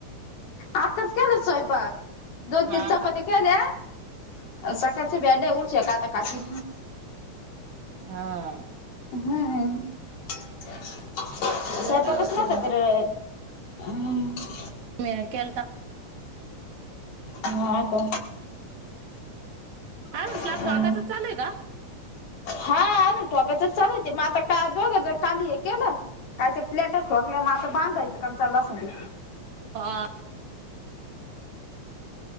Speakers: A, on the left (about 65°); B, on the right (about 70°).
A: आताच केला स्वयंपाक दोन-तीन
B: हा
A: चपात्या
B: का
A: केल्या सकाळच्या बंड्या उडच्या काता कातील
B: हा
A: हम् तर <inaudible>
B: ते
A: स्वयंपाक
B: करावा
A: असला
B: तरी
A: तर करेल <inaudible>
B: मीनी केलता
A: हा का?
B: काय हो स्लॅब
A: हम्म.
B: ठोकायचच चालुये का?
A: हा अजून हा ठोकायचंच चालुये म आता का दोघं जण काल हे केलं काय ते प्लेट ठोकल्या म आता बांधायचं कामं चला सगळे
B: हा